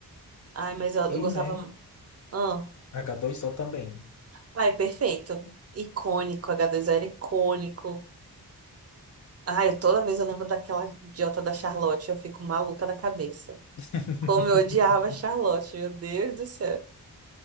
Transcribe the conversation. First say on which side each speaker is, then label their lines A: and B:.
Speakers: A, on the right (about 40°); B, on the left (about 50°).
A: Ai, mas eu,
B: E,
A: eu gostava.
B: né,
A: Ah.
B: H2O também.
A: Ai, perfeito. Icônico, H2O era icônico. Ai, toda vez eu lembro daquela idiota da Charlotte, eu fico maluca da cabeça.
B: <laughs>
A: Como eu odiava a Charlotte, meu Deus do céu.